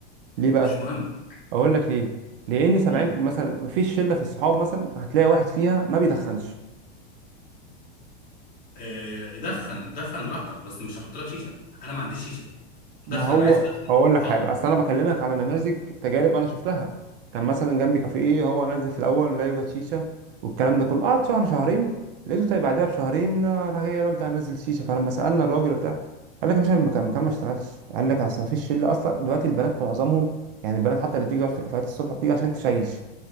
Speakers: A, on the right; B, on the left.
A: ليه بقى
B: مش مهم
A: اقول لك ليه لان 70
B: امم
A: في مثلا مفيش شله في الصحاب مثلا هتلاقي واحد فيها ما بيدخنش
B: آه يدخن دخن براحتك بس مش هحط لك شيشه انا ما عنديش شيشه
A: ما
B: دخن
A: هو
B: عايز ادخن
A: اقول لك حاجه
B: اه
A: اصل انا بكلمك على نماذج تجارب انا شفتها كان مثلا جنبي كافيه إيه، هو نزل في الاول لا يوجد شيشه والكلام ده كله قعد شهر شهرين لقيته طيب بعدها بشهرين آه، راح جاي رجع نزل شيشه فلما سالنا الراجل بتاع قال لك يا باشا المكان المكان ما اشتغلش قال لك اصل ما فيش شله اصلا دلوقتي البنات معظمهم يعني البنات حتى اللي بتيجي تقعد في كافيهات الصبح بتيجي عشان تشيش